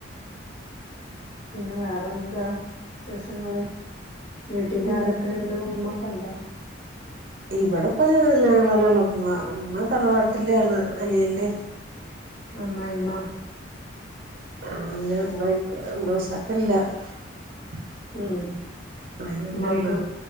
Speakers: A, on the left (about 35°); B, on the right (about 45°).
A: പിന്നെ വേറെ എന്താ വിശേഷങ്ങള് വീട്ടിലാരൊക്കെ
B: ആഹ്
A: ഉണ്ട് ഉമ്മ കണ്ടോ
B: ഇവിടെപ്പല്ലങ്ങളല്ലേ ഉള്ളൂ ഉ ഉമ്മ തറവാട്ടിലാണ് അനിയൻ
A: അമ്മായിയാമ്മ
B: <unintelligible>
A: ഉം
B: അങ്ങനെയള്ള
A: ഉമാക്ക്